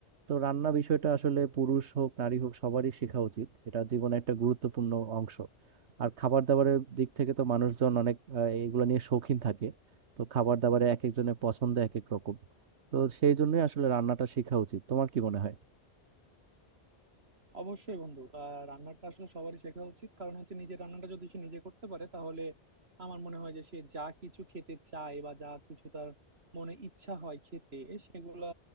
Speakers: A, on the right (about 85°); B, on the right (about 70°).
A: তো রান্না বিষয়টা আসলে পুরুষ হোক নারী হোক সবারই শেখা উচিত এটা জীবনে একটা গুরুত্বপূর্ণ অংশ আর খাবার দাবারের দিক থেকে তো মানুষজন অনেক আহ, এগুলো নিয়ে শৌখিন থাকে তো খাবার দাবারে এক একজনের পছন্দ এক এক রকম তো সেই জন্যই আসলে রান্নাটা শেখা উচিত তোমার কি মনে হয়
B: অবশ্যই বন্ধু আহ রান্নাটা আসলে সবারই শেখা উচিত কারণ হচ্ছে নিজের রান্নাটা যদি সে নিজে করতে পারে তাহলে আমার মনে হয় যে সে যা কিছু খেতে চায় বা যা কিছু তার মনে ইচ্ছা হয় খেতে সেগুলা